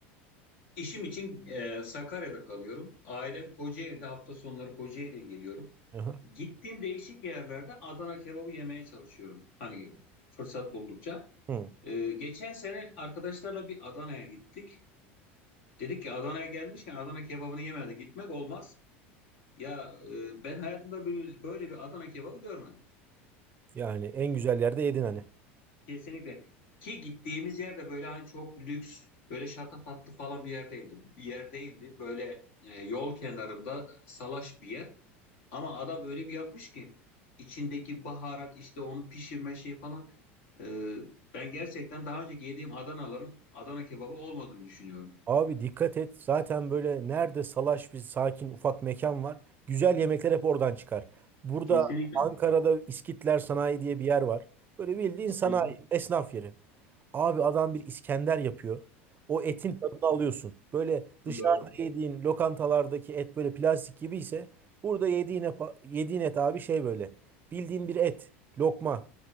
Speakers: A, on the left; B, on the right.
A: işim için e, Sakarya'da kalıyorum. Ailem Kocaeli'de hafta sonları Kocaeli'ye geliyorum.
B: Aha.
A: Gittiğim değişik yerlerde Adana kebabı yemeye çalışıyorum. Hani fırsat buldukça.
B: Hı.
A: E, geçen sene arkadaşlarla bir Adana'ya gittik. Dedik ki Adana'ya gelmişken Adana kebabını yemeden gitmek olmaz. Ya e, ben hayatımda böyle, böyle bir Adana kebabı görmedim.
B: Yani en güzel yerde yedin hani.
A: Kesinlikle. Ki gittiğimiz yerde böyle hani çok lüks, böyle şatafatlı falan bir yerdeydi. Bir yer değildi. Böyle e, yol kenarında salaş bir yer. Ama adam öyle bir yapmış ki içindeki baharat işte onu pişirme şey falan. E, ben gerçekten daha önceki yediğim Adanaların Adana kebabı olmadığını düşünüyorum.
B: Abi dikkat et. Zaten böyle nerede salaş bir sakin ufak mekan var. Güzel yemekler hep oradan çıkar. Burada
A: Kesinlikle.
B: Ankara'da İskitler Sanayi diye bir yer var. Böyle bildiğin sanayi,
A: Hı hı.
B: esnaf yeri. Abi adam bir İskender yapıyor. O etin tadını alıyorsun. Böyle dışarıda
A: Doğrudur.
B: yediğin lokantalardaki et böyle plastik gibi ise burada yediğin, hep- yediğin et abi şey böyle. Bildiğin bir et. Lokma.